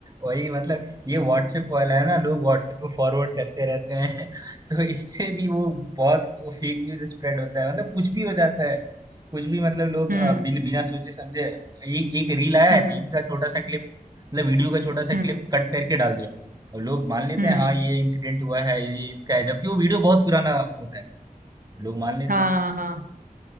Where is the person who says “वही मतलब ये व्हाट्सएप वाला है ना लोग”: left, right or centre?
Right